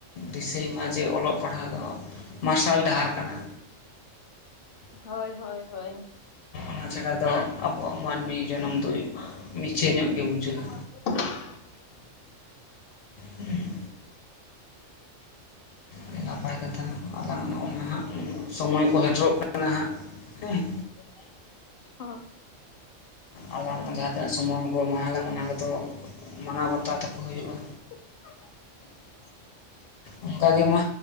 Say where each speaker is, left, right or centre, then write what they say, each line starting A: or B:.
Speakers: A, on the left; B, on the left.
A: ᱫᱤᱥᱟᱹᱭ ᱢᱟ ᱡᱮ ᱚᱞᱚᱜ ᱯᱟᱲᱦᱟᱣ ᱫᱚ ᱢᱟᱨᱥᱟᱞ ᱰᱟᱦᱟᱨ ᱠᱟᱱᱟ
B: ᱦᱳᱭ ᱦᱳᱭ ᱦᱳᱭ
A: ᱚᱱᱟ ᱪᱷᱟᱲᱟ ᱫᱚ ᱟᱵᱚᱣᱟᱜ ᱢᱟᱹᱱᱢᱤ ᱡᱚᱱᱚᱢ ᱫᱚ ᱢᱤᱪᱷᱟᱹ ᱧᱚᱜ ᱜᱮ ᱵᱩᱡᱷᱟᱹᱜᱼᱟ
B: <inaudible>
A: ᱦᱩᱸ ᱟᱹᱰᱤ ᱱᱟᱯᱟᱭ ᱠᱟᱛᱷᱟ, ᱟᱞᱟᱝ ᱟᱜ ᱦᱚᱸ ᱱᱚᱜ-ᱚᱭ ᱦᱟᱸᱜ ᱥᱚᱢᱚᱭ ᱠᱚ ᱥᱮᱴᱮᱨᱚᱜ ᱠᱟᱱᱟ ᱦᱟᱸᱜ
B: <inaudible>
A: ᱦᱮᱸ
B: ᱦᱳ
A: ᱟᱞᱟᱝ ᱡᱟᱦᱟᱸ ᱛᱤᱱᱟᱹᱜ ᱥᱚᱢᱚᱭ ᱠᱚ ᱮᱢᱟᱞᱟᱝ ᱚᱱᱟ ᱠᱚᱫᱚ ᱢᱟᱱᱟᱣ ᱵᱟᱛᱟᱣ ᱛᱟᱠᱚ ᱦᱩᱭᱩᱜᱼᱟ
B: <inaudible>
A: ᱚᱱᱠᱟ ᱜᱮ ᱢᱟ